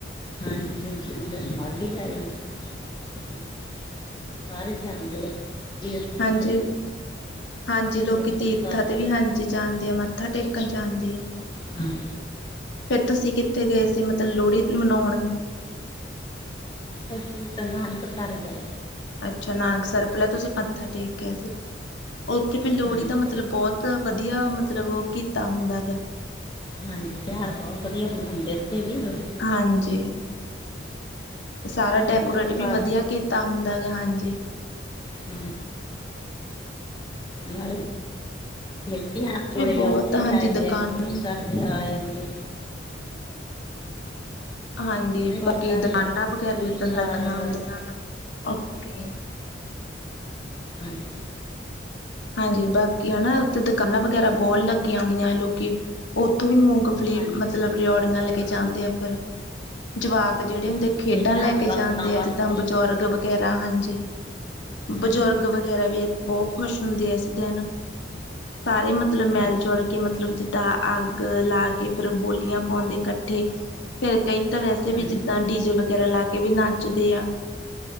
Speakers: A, on the left (about 25°); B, on the left (about 70°).
A: ਹਾਂਜੀ ਤੇ ਮਾਘ ਆ ਜਾਂਦੀ <unintelligible> ਸਾਰੇ ਜਾਂਦੇ ਆ। ਤੀਰਥਾਂ
B: ਹਾਂਜੀ।
A: ਤੇ
B: ਹਾਂਜੀ,
A: ਕੋਈ
B: ਲੋਕੀ
A: ਅੰਮ੍ਰਿਤਸਰ
B: ਤੀਰਥਾਂ ਤੇ
A: ਜਾਂ
B: ਵੀ ਹਾਂਜੀ ਜਾਂਦੇ ਆ, ਮੱਥਾ ਟੇਕਣ ਜਾਂਦੇ ਆ।
A: ਹਮ।
B: ਫੇਰ ਤੁਸੀਂ ਕਿੱਥੇ ਗਏ ਸੀ, ਮਤਲਬ ਲੋਹੜੀ ਮਨਾਉਣ?
A: ਅਸੀਂ ਤਾਂ ਨਾਨਕਸਰ ਗੇ!
B: ਅੱਛਾ, ਨਾਨਕਸਰ ਪਹਿਲਾ ਤੁਸੀਂ ਮੱਥਾ ਟੇਕ ਕੇ ਆਏ ਸੀ, ਉੱਥੇ ਵੀ ਲੋਹੜੀ
A: ਹਾਂਜੀ
B: ਦਾ ਮਤਲਬ ਬਹੁਤ <unintelligible> ਵਧੀਆ ਮਤਲਬ ਉਹ ਕੀਤਾ ਹੁੰਦਾ ਗਾ।
A: ਹਾਂਜੀ, ਤਿਉਹਾਰ ਬਹੁਤ ਵਧੀਆ ਮੰਨਾਉਂਦੇ ਉੱਥੇ ਵੀ ਲੋਹੜੀ
B: ਹਾਂਜੀ। ਸਾਰਾ
A: ਨਾਨਕਸਰ
B: ਡੈਕੋਰੇਟ ਵੀ ਵਧੀਆ ਕੀਤਾ ਹੁੰਦਾ ਗਾ, ਹਾਂਜੀ।
A: ਹਮ। ਨਾਲੇ ਮਹਿਤੇਆਣਾ ਕੋਲੇ
B: ਵੀ ਬਹੁਤ
A: ਆ, ਉੱਥੇ
B: ਹਾਂਜੀ
A: ਜਾ ਆਉਂਦੇ,
B: ਦੁਕਾਨ
A: ਆ ਗੁਰੂ ਸਰ ਵੀ ਆ ਜਾਂਦੇ।
B: ਹਾਂਜੀ,
A: ਨਹੀਂ ਗੁਰਦੁਆਰੇ
B: ਬਾਕੀ ਦੁਕਾਨਾਂ
A: ਆ
B: ਵਗੈਰਾ
A: ਗੁਰੂ
B: ਵੀ ਉਦਣ
A: ਸਰ
B: ਲੱਗੀਆਂ
A: ਹਾਂ
B: ਹੁੰਦੀਆਂ, ਓਕੇ।
A: ਹਾਂਜੀ।
B: ਹਾਂਜੀ, ਬਾਕੀ ਹਨਾ, ਉਥੇ ਦੁਕਾਨਾਂ ਵਗੈਰਾ ਬੋ ਲੱਗੀਆਂ ਹੁੰਦੀਆ ਆ, ਲੋਕੀ ਉੱਥੋਂ ਵੀ ਮੂੰਗ ਲੇ
A: ਹਾਂਜੀ
B: ਬ ਮਤਲਬ ਰਓੜੀਆਂ ਲੈ ਕੇ ਜਾਂਦੇ ਆ ਫੇਰ ਜਵਾਕ ਜਿਹੜੇ
A: ਹਾਂ,
B: ਹੁੰਦੇ ਖੇਡਾਂ ਲੈ
A: ਜਵਾਕਾਂ
B: ਕੇ ਜਾਂਦੇ
A: ਵਾਸਤੇ
B: ਆ, ਜਿੱਦਾਂ ਬਜ਼ੁਰਗ ਵਗੈਰਾ, ਹਾਂਜੀ। ਬਜ਼ੁਰਗ
A: ਹਾਂਜੀ
B: ਵਗੈਰਾ ਵੀ ਬੋ ਖੁਸ਼ ਹੁੰਦੇ ਏਸ ਦਿਨ। ਸਾਰੇ ਮਤਲਬ ਮੈਲ-ਜੁਲ
A: ਹਾਂਜੀ
B: ਕੇ, ਮਤਲਬ ਜਿੱਦਾਂ ਅੱਗ ਲਾ ਕੇ, ਫੇਰ ਬੋਲੀਆਂ ਪਾਉਂਦੇ ਕੱਠੇ! ਕਈ ਤਾਂ ਵੈਸੇ
A: ਹਾਂਜੀ
B: ਵੀ, ਜਿੱਦਾਂ ਡੀਜੇ ਵਗੈਰਾ ਲਾ ਕੇ ਵੀ ਨਾਚਦੇ ਆ!